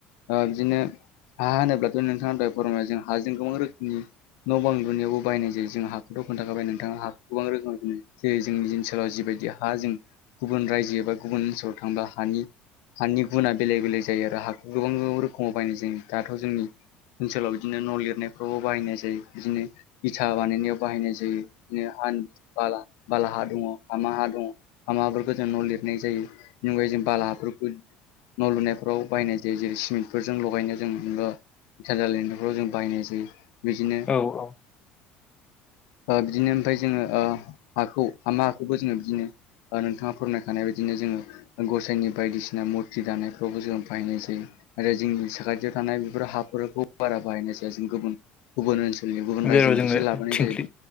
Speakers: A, on the left (about 80°); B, on the left (about 25°).
A: बिदिनो हा होनोब्लाथ' नोंथांनि थाखाय फोरमायबाय जों हाजों गोबां रोखोमनि न' बां लुनायावबो बायनाय जायो जों हाखौ खोन्थाखाबाय नोंथाङाखौ गोबां रोखोम जोंनि ओनसोलाव जिबायदि हा जों गुबुन रायजो एबा गुबुन ओनसोलाव थांबा हानि हानि गुना बेलेग बेलेग जायो आरो हाखौ गोबां रोखोमाव बायनाय जायो दाथ' जोंनि ओनसोलाव बिदिनो न' लिरनायफ्रावबो बाहायनाय जायो बिदिनो इटा बानायनायाव बाहायनाय जायो बिदिनो हा बाला बाला हा दङ हामा हा दङ माबाफोरखौ जों न' लिरनाय जायो बेनि अनगायै जों बालाफोरखौ न' लुनायफ्राव बाहायनाय जायो जेरै सिमेन्टफोरजों लगायनो जों मोनबा <unintelligible> न'फ्राव जों बायनाय जायो बिदिनो
B: औ औ
A: बिदिनो ओमफ्राय जोङो हाखौ हामा हाखौबो जोङो बिदिनो नोंथाङा फोरमायखानाय बायदिनो जोङो गसाइनि बायदिसिना मुद जि दानायफ्रावबो जों बाहायनाय जायो आरो जोंनि साखाथियाव थानाय बेफोर हाफोरखौ बारा बाहायनायसै जों गुबुन गुबुन ओनसोलनि गुबुन
B: जेराव
A: रायजोनि
B: जोङो
A: बिसोर लाबोनाय
B: थिंख्लि
A: जाय